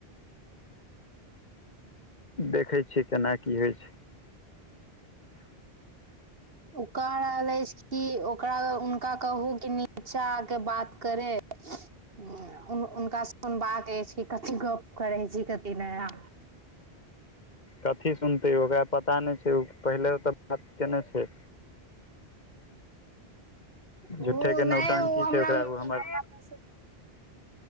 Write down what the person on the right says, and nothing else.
ओ कह रहल अछि कि ओकरा, हुनका कहु कि निचा आके बात करे हुं हुनका सुनबाक अछि कि कथि गप करैत छी कथि नै अहां
ओ
नहि ओ हमरा
हमरा
मैसेज